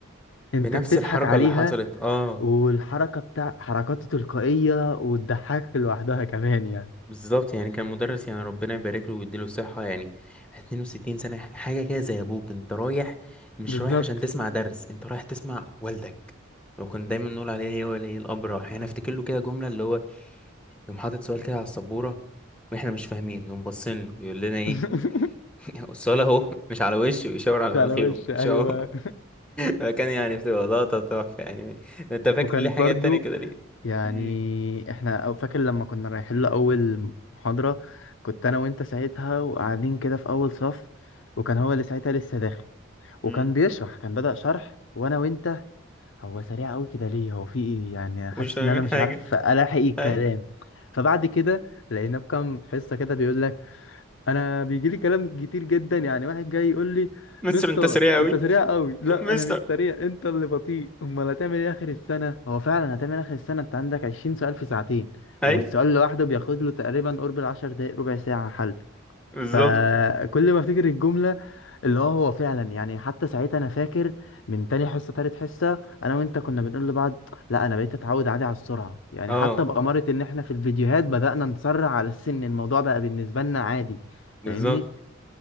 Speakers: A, on the left; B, in the centre.
A: انت
B: بنفس
A: بتضحك
B: الحركة
A: عليها
B: اللي حصلت اه
A: والحركة بتاع حركاته تلقائية وتضحكك لوحدها كمان يعني
B: بالظبط يعني كان مدرس يعني ربنا يبارك له ويديله الصحة يعني 62 سنة حاجة كده زي أبوك أنت رايح مش
A: بالظبط
B: رايح عشان تسمع درس أنت رايح تسمع والدك وكنا دايما نقول عليه هو ولي الأمر راح يعني أفتكر له كده جملة اللي هو يقوم حاطط سؤال كده على السبورة وإحنا مش فاهمين نقوم باصين له يقول لنا إيه
A: <laughs>
B: <laughs> السؤال أهو مش على وشه ويشاور على
A: مش
B: مناخيره
A: على وش
B: مش
A: ايوه
B: أهو فكان <laughs> يعني بتبقى لقطة تحفة يعني أنت فاكر
A: وكانت
B: ليه حاجات
A: برضو
B: تانية كده ليه؟
A: يعني
B: مم.
A: احنا او فاكر لما كنا رايحين له اول محاضرة كنت انا وانت ساعتها وقاعدين كده في اول صف وكان هو اللي ساعتها لسه داخل وكان
B: مم.
A: بيشرح كان بدأ شرح وانا وانت هو سريع قوي كده ليه هو في ايه يعني
B: ومش
A: حاسس
B: فاهمين
A: ان انا مش
B: حاجة
A: عارف الاحق الكلام
B: اي
A: فبعد كده لقيناه بكام حصة كده بيقول لك انا بيجي لي كلام كتير جدا يعني واحد جاي يقول لي
B: مستر
A: مستر
B: انت سريع قوي
A: انت سريع
B: <laughs>
A: قوي لا
B: مستر
A: انا مش سريع انت اللي بطيء امال هتعمل ايه اخر السنه هو فعلا هتعمل اخر السنه انت عندك 20 سؤال في ساعتين
B: اي
A: والسؤال لوحده بياخد له تقريبا قرب العشر دقايق ربع ساعه حل
B: بالظبط
A: فكل ما افتكر الجمله اللي هو هو فعلا يعني حتى ساعتها انا فاكر من تاني حصه تالت حصه انا وانت كنا بنقول لبعض لا انا بقيت اتعود عادي على السرعه يعني
B: اه
A: حتى بأمارة ان احنا في الفيديوهات بدأنا نسرع على السن الموضوع بقى بالنسبه لنا عادي فاهمني
B: بالظبط